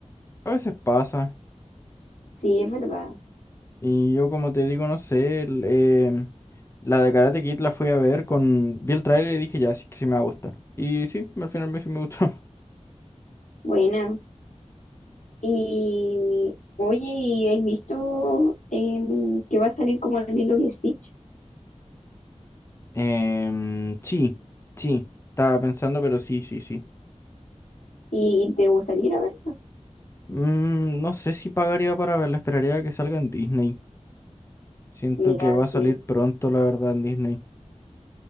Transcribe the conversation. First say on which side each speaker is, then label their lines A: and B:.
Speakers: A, on the left (about 20°); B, on the left (about 75°).
A: A veces pasa.
B: sí, es verdad.
A: Y yo, como te digo, no sé, el, eh, la de Karate Kid la fui a ver con... Vi el trailer y dije, ya, sí, que sí me va a gustar. Y sí, al final me, sí me gustó. <laughs>
B: Buena. Y oye, ¿y ¿has visto em, que va a salir como el Lilo y Stitch?
A: Em, sí, sí, estaba pensando, pero sí, sí, sí.
B: ¿Y te gustaría ir a verla?
A: Mm, no sé si pagaría para verla, esperaría a que salga en Disney. Siento
B: Mira,
A: que va
B: sí.
A: a salir pronto, la verdad, en Disney.